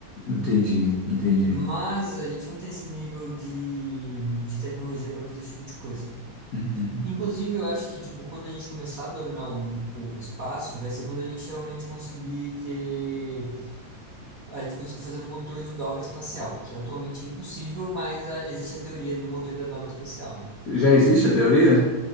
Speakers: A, on the left; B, on the right.
A: entendi, entendi.
B: Mas a gente não tem esse nível de, de tecnologia para fazer esse tipo de coisa.
A: Uhum.
B: Inclusive, eu acho que, tipo, quando a gente começar a dominar o, o espaço, vai ser quando a gente realmente conseguir ter... A gente conseguir fazer um motor de dobra espacial, que atualmente é impossível, mas ah, existe a teoria do motor da dobra espacial, né?
A: Já existe a teoria?